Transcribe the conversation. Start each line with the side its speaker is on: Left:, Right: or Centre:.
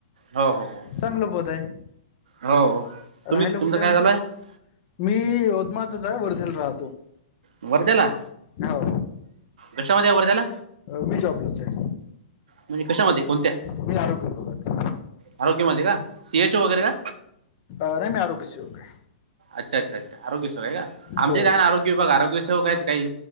Right: हो हो
Left: चांगलं पद आहे
Right: हो तुम्ही
Left: राहिल
Right: तुमचं
Left: कुठे
Right: काय
Left: मग?
Right: चालू आहे
Left: मी यवतमाळचाच आहे, वरधीला राहतो.
Right: वर्ध्याला,
Left: हो
Right: कशामध्ये वर्ध्याला?
Left: मी जॉबलाच आहे.
Right: म्हणजे कशामध्ये कोणत्या?
Left: मी आरोग्य विभागात
Right: आरोग्यामध्ये का सी एच ओ वगैरे का?
Left: अरे मी आरोग्य सेवक ‌हाय.
Right: अच्छा, अच्छा, अच्छा, आरोग्य सेवक आहे का, आमच्या
Left: हो
Right: इथं ना आरोग्य विभाग आरोग्य सेेवक आहेत काही.